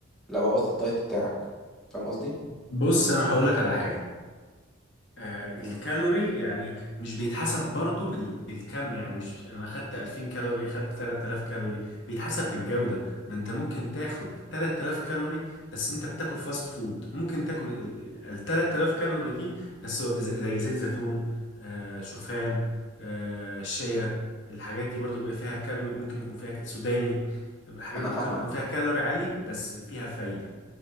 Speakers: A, in the centre; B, on the left.
A: لا بوظت الدايت بتاعك فاهم قصدي؟
B: بص انا هقول لك على حاجه آه الكالوري
A: مم.
B: يعني مش بيتحسب برضو بال... بالكم يعني مش انا خدت 2000 كالوري خدت 3000 كالوري بيتحسب بالجودة ما انت ممكن تاخد 3000 كالوري بس انت بتاكل فاست فود ممكن تاكل ال ال- ال- 3000 كالوري دي بس ز- زي زيت زيتون آه شوفان آه شيا الحاجات دي برضو بيبقى فيها كالوري ممكن يكون فيها ك... سوداني الحاجات
A: انا
B: دي
A: فاهمك
B: ممكن يكون فيها كالوري عالي بس فيها فايدة